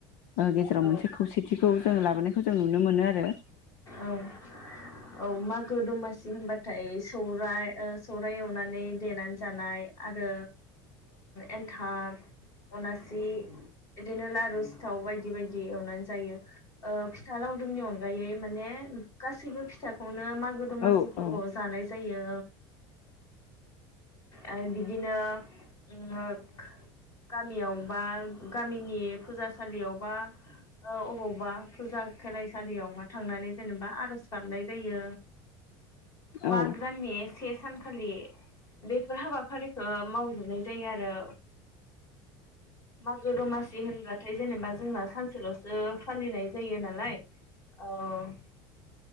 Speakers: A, on the left (about 60°); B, on the left (about 30°).
A: गेजेराव
B: औ
A: मोनसे खौसेथिखौ जों लाबोनायखौ जों नुनो मोनो आरो।
B: औ औ मागो दमासि होनबा होनबाथाय सौराय सौराइ एवनानै देनानै जानाय। आरो एन्थाब अनासि बिदिनो लारु सिथाव बायदि बायदि एवनानै जायो, फिथा लावदुमनि अनगायै माने गासैबो फिथाखौनो मागो दमासि
A: औ
B: फोरबोआव
A: औ
B: जानाय जायो। आरो बिदिनो <unintelligible> गामियाव बा गामिनि फुजासालियाव बा अबावबा फुजा खेलायसालियावहा थांनानै जेनेबा आर'ज खालामनाय जायो, माग
A: औ
B: दाननि से सानखालि बेफोर हाबाफारिखौ मावजोबनाय जायो आरो, मागो दमासि होनबा थाय जेनेबा जोंना सानसेल'सो फालिनाय जायो नालाय औ